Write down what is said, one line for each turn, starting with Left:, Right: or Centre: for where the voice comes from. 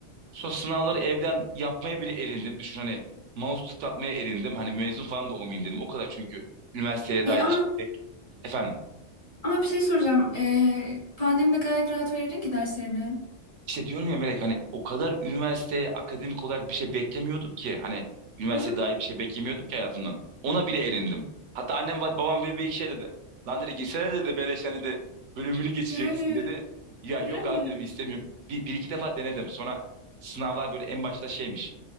Right: Sonra sınavları evden yapmaya bile erindim. Düşün hani mouse tıklatmaya erindim. Hani mezun falan da olmayayım dedim. O kadar çünkü üniversiteye
Left: E,
Right: dair hiç
Left: ama
Right: efendim.
Left: ama bir şey soracağım. E, pandemide gayet rahat verirdin ki derslerini.
Right: İşte diyorum ya Melek hani o kadar üniversiteye akademik olarak bir şey beklemiyordum ki. Hani üniversite
Left: Hı hı.
Right: dair bir şey beklemiyordum ki hayatımdan. Ona bile erindim. Hatta annem ve babam böyle bir iki şey dedi. Lan dedi girsene dedi beleşten dedi bölümünü geçeceksin
Left: Yani
Right: dedi. Ya
Left: yani.
Right: yok abi dedim istemiyorum. Bir, bir iki defa denedim. Sonra sınavlar böyle en başta şeymiş.